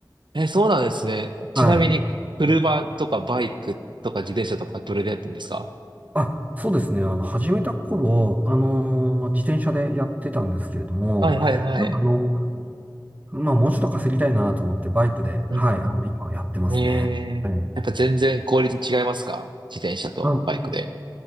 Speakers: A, on the right; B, on the right.
A: ー、え、そうなんですね。
B: はい。
A: ちなみに、車とかバイクとか自転車とかどれでやってるんですか
B: あ、そうですね。あの、始めた頃、あのー自転車でやってたんですけれども、
A: はいはいはい。
B: まあ、あの、まあ、もうちょっと稼ぎたいなと思って、バイクで、
A: うん
B: はい、あの、今やってますね。
A: うん。えー、
B: はい。
A: やっぱ全然効率違いますか自転車とバイクで。
B: あ、